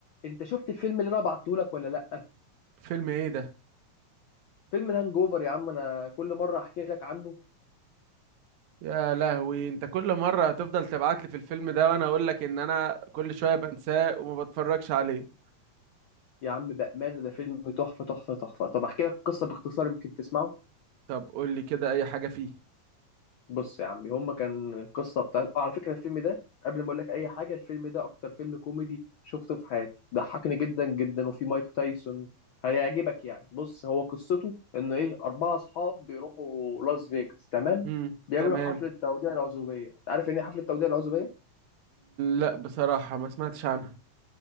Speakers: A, on the left; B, on the right.
A: انت شفت الفيلم اللي انا بعته لك ولا لا
B: فيلم ايه ده
A: فيلم الهانج اوفر يا عم انا كل مره احكي لك عنه
B: يا لهوي انت كل مره هتفضل تبعت لي في الفيلم ده وانا اقول لك ان انا كل شويه بنساه وما بتفرجش عليه
A: يا عم بامانه ده فيلم تحفه تحفه تحفه طب احكي لك قصه باختصار يمكن تسمعه
B: طب قول لي كده اي حاجه فيه
A: بص يا عمي هما كان قصه بتاع آه، على فكره الفيلم ده قبل ما اقول لك اي حاجه الفيلم ده اكتر فيلم كوميدي شفته في حياتي ضحكني جدا جدا وفي مايك تايسون هيعجبك يعني بص هو قصته ان ايه اربعه اصحاب بيروحوا لاس فيجاس تمام
B: امم
A: بيعملوا
B: تمام
A: حفله توديع العزوبيه عارف يعني ايه حفله توديع العزوبيه
B: لا بصراحه ما سمعتش عنها